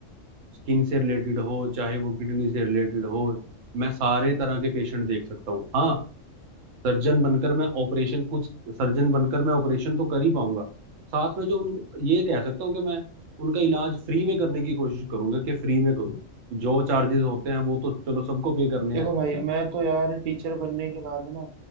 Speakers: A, on the right; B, on the right.
A: स्किन से रिलेटेड हो चाहे वो किडनी से रिलेटेड हो मैं सारे तरह के पेशेंट देख सकता हूँ हाँ सर्जन बनकर मैं ऑपरेशन कुछ सर्जन बनकर मैं ऑपरेशन तो कर ही पाऊंगा साथ में जो उन ये कह सकता हूँ कि मैं उनका इलाज फ्री में करने की कोशिश करूंगा कि फ्री में करूँ जो चार्जेस होते हैं वो तो चलो सबको पे करने
B: देखो
A: हैं
B: भाई मैं तो यार टीचर बनने के बाद ना